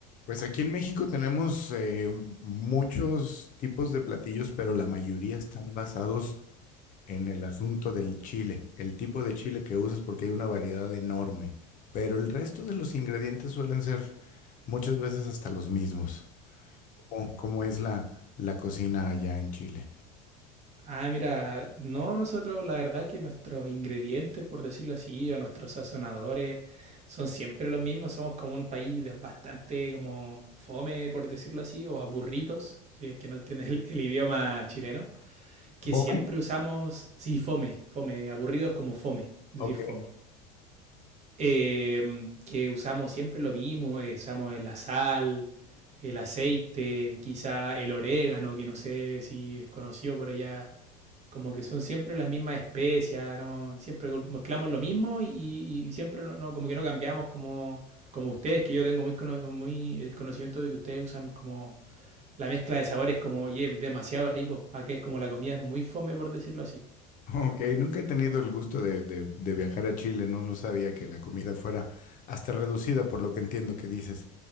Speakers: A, on the left; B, on the right.
A: Pues aquí en México tenemos eh, muchos tipos de platillos, pero la mayoría están basados en el asunto del chile, el tipo de chile que usas porque hay una variedad enorme, pero el resto de los ingredientes suelen ser muchas veces hasta los mismos. ¿Cómo, cómo es la, la cocina allá en Chile?
B: Ah, mira, no, nosotros la verdad que nuestros ingredientes, por decirlo así, o nuestros sazonadores son siempre los mismos, somos como un país de- bastante como fome, por decirlo así, o aburridos, si es que no entiendes el, el idioma chileno, que
A: ¿Come?
B: siempre usamos, sí, fome, fome, aburridos como fome, decir
A: Ok. <laughs>
B: fome, Eh, que usamos siempre lo mismo, eh, usamos la sal, el aceite, quizá el orégano, que no sé si es conocido por allá como que son siempre las mismas especias, ¿no? Siempre mezclamos lo mismo y, y siempre no, no, como que no cambiamos como, como ustedes, que yo tengo muy, muy el conocimiento de que ustedes usan como la mezcla de sabores como, oye, yeah, demasiado rico, aquí es como la comida es muy fome por decirlo así.
A: Ok, nunca he tenido el gusto de, de- de viajar a Chile, no, no sabía que la comida fuera hasta reducida por lo que entiendo que dices.